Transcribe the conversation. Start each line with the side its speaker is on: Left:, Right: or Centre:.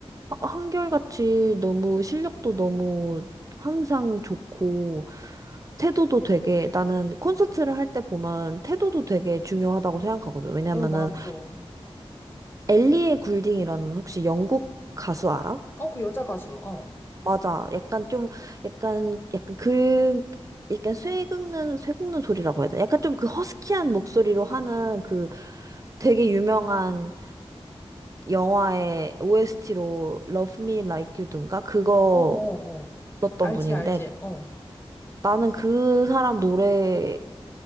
Right: 하- 한결같이 너무 실력도 너무 항상 좋고, 태도도 되게, 나는 콘서트를 할 때 보면 태도도 되게 중요하다고 생각하거든. 왜냐면은
Left: 어 맞아. 어
Right: 엘리의 굴딩이라는 혹시 영국 가수 알아?
Left: 그 여자 가수. 어.
Right: 맞아. 약간 좀 약간 약간 그 약간 쇠 긁는 쇠 긁는 소리라고 해야 되나? 약간 좀 그 허스키한 목소리로 하는 그 되게 유명한 영화의 OST로 Love Me Like You 든가 그거
Left: 어 어, 어.
Right: 불렀던
Left: 알지
Right: 분인데
Left: 알지. 어.
Right: 나는 그 사람 노래랑